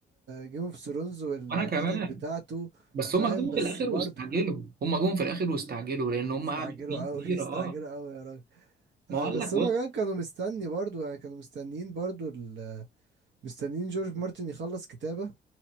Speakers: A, on the right (about 65°); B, on the right (about 50°).
A: جيم اوف ثرونز والحتت
B: وانا كمان
A: بتاعته
B: بس
A: فاهم
B: هم جم
A: بس
B: في الاخر
A: برضه
B: واستعجلوا هم جم في الاخر واستعجلوا لان هم
A: استعجلوا
B: قعدوا سنين
A: أوي
B: كتيره كتير
A: <laughs> استعجلوا
B: اه
A: أوي يا راجل
B: ما
A: آه،
B: هو قال
A: بس
B: لك
A: هما
B: بص
A: كمان كانوا مستني برضه يعني كانوا مستنيين برضه ال- مستنيين جورج مارتن يخلص كتابة